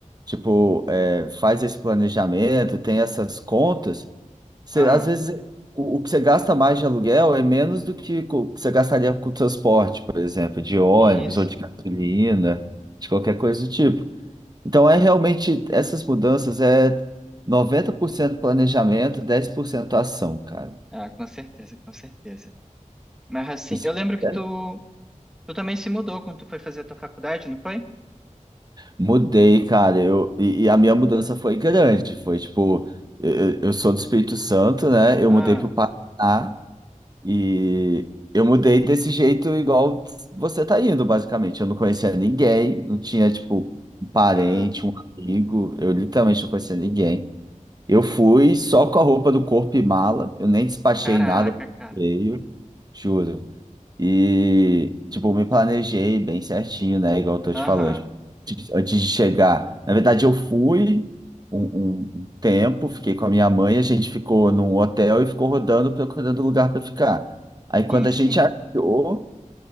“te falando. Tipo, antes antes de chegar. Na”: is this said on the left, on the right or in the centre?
Right